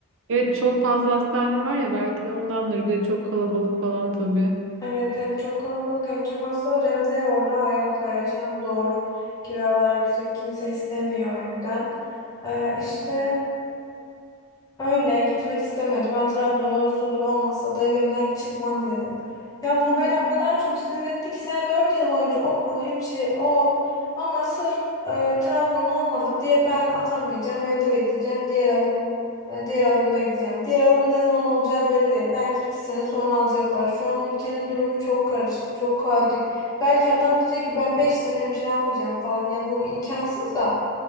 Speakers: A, on the right; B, on the left.
A: Evet çok fazla hastane var ya belki de ondandır. Bir de çok kalabalık falan tabii.
B: Evet hem çok kalabalık hem çok hasta var hem de orada hayat ve yaşam zor. Kiralar yüksek kimse istemiyor o yüzden. Ee, işte Öyle gitmek istemedi. Ben Trabzon olursa olur olmazsa da evimden çıkmam dedi. Ya bu beni
A: Hı.
B: o kadar çok sinir etti ki sen 4 yıl boyunca oku, hemşire ol ama sırf e, Trabzon olmadı diye ben atanmayacağım, evde bekleyeceğim. Diğer alım e, diğer alımda gideceğim. Diğer alım ne zaman olacağı belli değil. Belki 2 sene sonra alacaklar. Şu an ülkenin durumu çok karışık, çok kaotik. Belki adam diyecek ki ben 5 sene hemşire almayacağım falan. Ya bu imkansız da.